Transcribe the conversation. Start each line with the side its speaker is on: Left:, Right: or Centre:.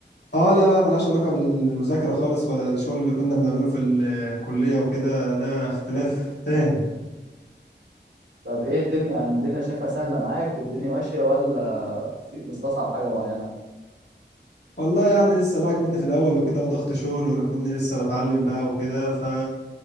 Left: اه لا لا ما لهاش علاقه بالمذاكره خالص ولا الشغل اللي كنا بنعمله في الكليه وكده ده اختلاف تاني
Right: طب ايه الدنيا يعني الدنيا شايفها سهلة معاك والدنيا ماشية ولا في مستصعب حاجة معينة
Left: والله يعني لسه بقى مني في الاول وكده وضغط شغل ومني لسه بتعلم بقى وكده ف